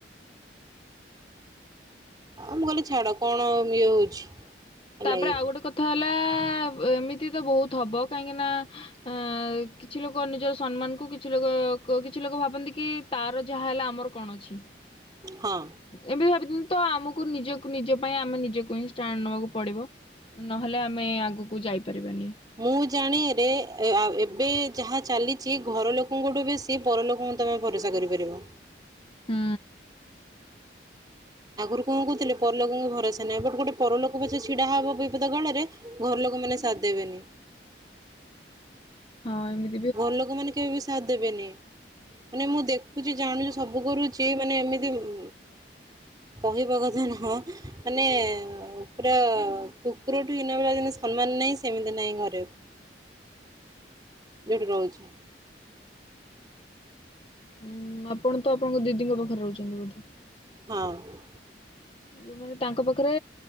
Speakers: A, on the right; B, on the left.
A: ଆ ମୁଁ କହିଲି ଛାଡ କଣ ଆଉ ଇଏ ହଉଛି? ହେଲା
B: ତାପରେ
A: ଇଏ
B: ଆଉ ଗୋଟେ କଥା ହେଲା ଆ ଏମିତି ତ ବହୁତ ହବ କାହିଁକି ନା ଆ କିଛି ଲୋକ ନିଜର ସମ୍ମାନ କୁ କିଛି ଲୋକ କ କିଛି ଲୋକ ଭାବନ୍ତି କି ତାର ଯାହା ହେଲା ଆମର କଣ ଅଛି?
A: ହଁ।
B: ଏବେ ଭାବିଥିଲି ତ ଆମକୁ ନିଜକୁ ନିଜ ପାଇଁ ଆମେ ନିଜକୁ ହିଁ ଷ୍ଟାଣ୍ଡ ନବାକୁ ପଡ଼ିବ। ନହେଲେ ଆମେ ଆଗକୁ ଯାଇପାରିବାନି।
A: ମୁଁ ଜାଣିଆରେ ଆ ଏବେ ଯାହା ଚାଲିଛି ଘର ଲୋକଙ୍କଠୁ ବେଶ୍ ଶି ପରଲୋକଙ୍କୁ ତମେ ଭରସା କରିପାରିବ।
B: ହୁଁ।
A: ଆଗରୁ କଣ କହୁଥିଲେ ପରଲୋକଙ୍କୁ ଭରସା ନାହିଁଁ ଏବେଟ ଗୋଟେ ପରଲୋକ ପଛେ ଛିଡା ହବ ବିପଦ କାଳରେ ଘର ଲୋକ ମାନେ ସାଥ୍ ଦେବେନି।
B: ହଁ ଏମତି
A: ଘର ଲୋକମାନେ କେବେ ବି ସାଥ୍ ଦେବେନି। ମାନେ ମୁଁ ଦେଖୁଛି ଜାଣୁଛି ସବୁ କରୁଛି ମାନେ ଏମିତି ଉ କହିବା କଥା ନୁହଁ ମାନେ ପୁରା କୁକୁରଠୁ ହିନ ଭଳିଆ ଜିନିଷ ସମ୍ମାନ ନାହିଁ ସେମିତି ନାହିଁ ଘରେ। ଯୋଉଠି ରହୁଛି।
B: ଉଁ ଆପଣ ତ ଆପଣଙ୍କ ଦିଦିଙ୍କ ପାଖରେ ରହୁଛନ୍ତି ବୋଧେ।
A: ହଁ।
B: ଯୋଉମାନେ ତାଙ୍କ ପାଖରେ